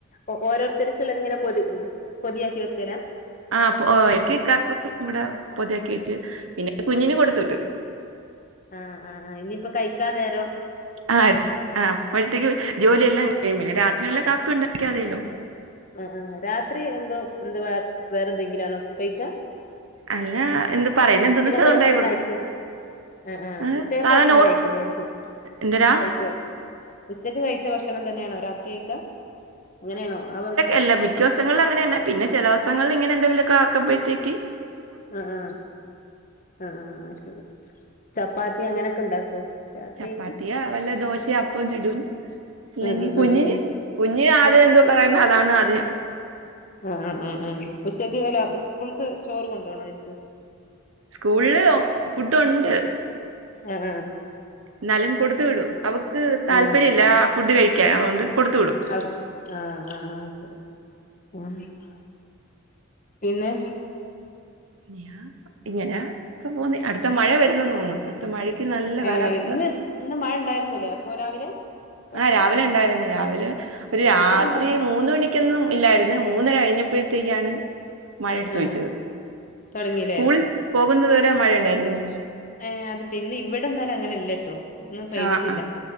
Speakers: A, on the left; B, on the right.
A: ഓ ഓരോരുത്തര്ക്കുള്ളതിങ്ങനെ പൊതി പൊതിയാക്കിവെക്കുവേല
B: ഇഹ് പൊ എനിക്കും ഇക്കാക്കും ഇവടെ പൊതിയാക്കിവെച്ച് പിന്നെ കുഞ്ഞിന് കൊടുത്ത് വിട്ട്
A: ആഹ് ആഹ് ആഹ് ഇനിയിപ്പം കഴിക്കാൻനേരം
B: ആഹ് എട് ആഹ് അപ്പോഴ്‌ത്തേക്കും ജോലിയെല്ലാം കഴിയും പിന്നെരാത്രിയുള്ള കാപ്പി ഉണ്ടാക്കിയാമതിയല്ലോ
A: ആഹ് ആഹ് രാത്രി എന്തോ എന്തുവാ വേറെ എന്തെങ്കിലാണോ കയ്ക്കാ
B: അല്ല എന്ത് പറയുന്ന എന്തെന്ന്
A: ഉച്ചക്കത്തെ
B: വെച്ചാ അത് ഉണ്ടാക്കി
A: ഭക്ഷണന്നെ
B: കൊടുക്കും
A: ആയിരിക്കും ആഹ് ആഹ്
B: ഏഹ്
A: ഉച്ചക്കത്തെ
B: സാധാരണ
A: ഭക്ഷണം
B: ഓർ
A: കഴിക്കൂലായിരിക്കും
B: എന്തരാ
A: കഴിക്കോ ഉച്ചക്ക്കഴിച്ച ഭക്ഷണം തന്നെയാണോ രാത്രികഴിക്കാ അങ്ങനെയാണോ ആഹ് ബാഗ്
B: എല്ലാ മിക്കദിവസങ്ങളിലും അങ്ങനന്നേ പിന്നെ ചെലോസങ്ങളിൽ ഇങ്ങനെ എന്തെങ്കിലൊക്കെ ആക്കുമ്പോഴ്‌ത്തേക്ക്
A: ആഹ് ആഹ് ആ ചപ്പാത്തി അങ്ങനെയൊക്കെ ഉണ്ടാക്കോ രാത്രിയക്ക്
B: ചപ്പാത്തിയോ വല്ല ദോശേ അപ്പവും ചുടും അല്ലെങ്കി
A: ഉം ഉം
B: കുഞ്ഞിന്
A: ഉം ഉം
B: കുഞ്ഞിന് ആദ്യം എന്തോ പറയുന്നു അതാണ് ആദ്യം
A: ആ ആ ആ ആ ഉച്ചക്ക് വെല്ല ഉസ്കൂൾക്ക് ചോറ് കൊണ്ടോവണായിര്ക്കും
B: സ്കൂൾള് ഫുഡ് ഉണ്ട്
A: ആഹ്
B: ന്നാലും കൊടുത്തുവിടും അവക്ക് താല്പര്യയില്ലാ
A: ആ
B: ആ ഫുഡ് കഴിക്കാൻ അതുകൊണ്ട് കൊടുത്ത് വിടും
A: അവ്ട് ആ ആ ആ ശരി ആ പിന്നെ
B: ഞ്യാ ഇങ്ങനാ ക്കെ പോന്ന് അട്ത്ത മഴ വരുന്നന്ന് തോന്ന് ത്ത മഴയ്ക്ക് നല്ല
A: ഏ
B: കാലാവസ്ഥ
A: ഇന്ന് ഇന്ന് മഴ ഇണ്ടായിരുന്നു ലേ അപ്പോ രാവിലെ അവിടൊക്കെ
B: ആ രാവിലെ ഇണ്ടായിരുന്നു രാവിലെ
A: ആ
B: ഒരു രാത്രി
A: ഇവിടെന്താ
B: മൂന്ന്മണി ക്ക്യന്നും ഇല്ലായിര്ന്ന് മൂന്ന് കഴിഞ്ഞപ്പഴത്തേക്കാണ് മഴ ട്ത്ത്
A: ആ
B: വെച്ചത്
A: തുടങ്ങില്ലേ
B: സ്കൂൾ പോകുന്നത് വരെ ആ മഴയുണ്ടായിരുന്നു
A: ഏ അത് ശെ ഇന്ന് ഇവടെന്നാലഅങ്ങനെ ല്ല്യട്ടോ ഇന്ന് പെയ്തിട്ടില്ല
B: ആഹ്